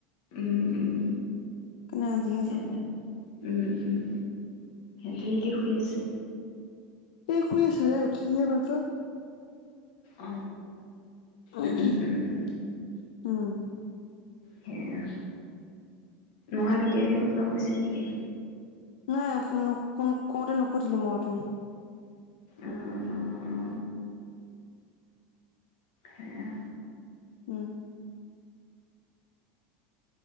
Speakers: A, on the left; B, on the left.
A: উম, উম।
B: <unintelligible> আজিহে
A: সেয়া
B: চাম।
A: উম। টিলিকি শুই আছে?
B: এই খুই আছিলে তাই উঠিছেহে এই মাত্ৰ।
A: অ
B: <unintelligible>
A: উম উম উম
B: <unintelligible> উম।
A: সেয়া। মহা কেতিয়া আহিব কিবা কৈছে নেকি?
B: নাই ফোন কৰোঁতে নুখুধিলো মই।
A: অ অ অ সেয়া
B: উম।